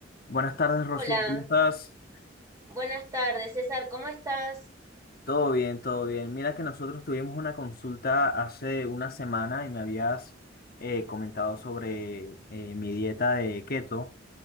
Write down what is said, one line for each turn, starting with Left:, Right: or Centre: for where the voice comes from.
Left: Buenas tardes,
Right: Hola,
Left: Rocío, ¿cómo estás?
Right: buenas tardes, César, ¿cómo estás?
Left: Todo bien, todo bien. Mira que nosotros tuvimos una consulta hace una semana y me habías eh, comentado sobre eh, mi dieta de keto,